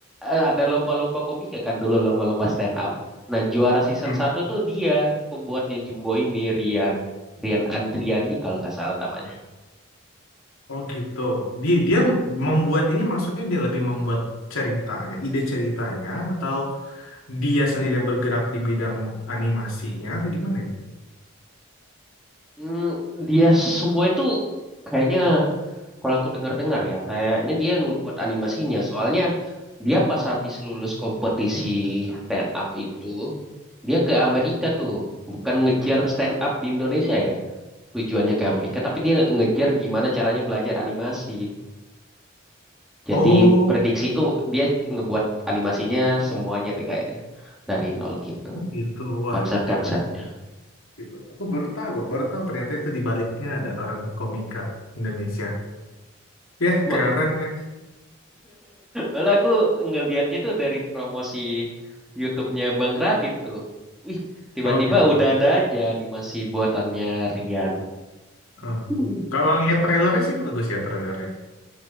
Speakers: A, in the centre; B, on the left (about 80°).
A: eh, ada lomba-lomba komika kan dulu lomba-lomba stand up. Nah, juara season
B: Hmm.
A: satu tuh dia pembuatnya Jumbo ini Rian. Rian Andriandi kalau nggak salah namanya.
B: Oh gitu. Dia dia membuat ini maksudnya dia lebih membuat ceritanya, ide ceritanya atau dia sendiri yang bergerak di bidang animasinya atau gimana ya?
A: Hmm, dia semua itu kayaknya kalau aku dengar-dengar ya kayaknya dia ngebuat animasinya. Soalnya dia pas habis lulus kompetisi stand up itu dia ke Amerika tuh, bukan ngejar stand up di Indonesia ya. Tujuannya ke Amerika tapi dia ngejar gimana caranya belajar animasi. Jadi
B: Oh,
A: prediksiku dia ngebuat animasinya semuanya deh kayaknya dari nol gitu
B: oh gitu. Wah,
A: konsep-konsepnya.
B: jago. Gitu. Aku baru tahu, baru tahu ternyata itu di baliknya ada orang komika Indonesia. Ya,
A: Ma-
B: keren. eh.
A: Malah aku ngelihatnya tuh dari promosi YouTube-nya Bang Radit tuh. Wih, tiba-tiba
B: Oh gitu.
A: udah ada aja animasi buatannya Rian.
B: Eh.
A: Aku
B: Kalau lihat trailernya sih bagus ya trailernya.